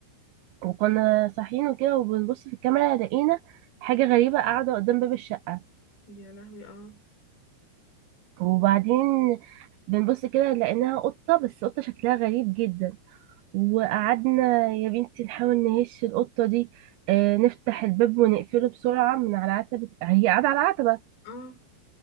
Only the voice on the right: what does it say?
وكنا صاحيين وكده وبنبص في الكاميرا لقينا حاجة غريبة قاعدة قدام باب الشقة
وبعدين بنبص كده لقيناها قطة بس قطة شكلها غريب جدا وقعدنا يا بنتي نحاول نهش القطة دي آه، نفتح الباب ونقفله بسرعة من على عتبة هي قاعدة على عتبة